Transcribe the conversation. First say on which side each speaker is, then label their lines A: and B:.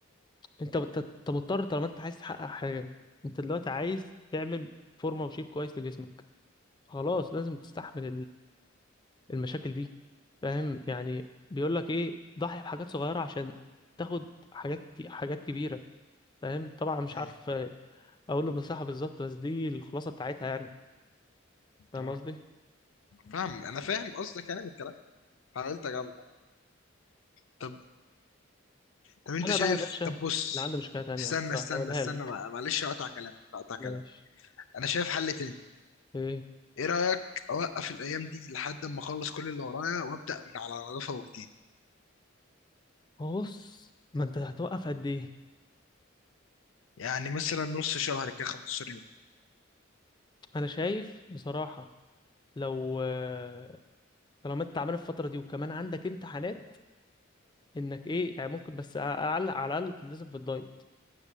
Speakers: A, on the left; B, on the left.
A: انت بت- انت مضطر طالما انت عايز تحقق حاجه انت دلوقتي عايز تعمل فورمه وشيب كويس لجسمك خلاص لازم تستحمل المشاكل دي فاهم يعني بيقول لك ايه ضحي بحاجات صغيره عشان تاخد حاجات كتير حاجات كبيره فاهم طبعا مش
B: مم.
A: عارف آه، اقول النصيحه بالظبط بس دي الخلاصه بتاعتها يعني فاهم
B: اه
A: قصدي
B: فاهم انا فاهم قصدك يعني من الكلام حاولت اجمع طب طب انت
A: انا
B: شايف
A: بقى يا باشا
B: طب بص
A: اللي عندي مشكله تانية
B: استنى
A: بس
B: استنى
A: هقولها
B: استنى
A: لك
B: مع- معلش اقطع كلامك اقطع كلامك
A: ماشي
B: انا شايف حل تاني
A: ايه
B: ايه رايك اوقف الايام دي لحد ما اخلص كل اللي ورايا وابدا من على نظافه وجديد
A: هو بص ما انت هتوقف قد ايه
B: يعني مثلا نص شهر كده 15 يوم
A: انا شايف بصراحه لو آه، طالما انت عامل الفتره دي وكمان عندك امتحانات انك ايه يعني ممكن بس اعلق على الاقل تلتزم في الدايت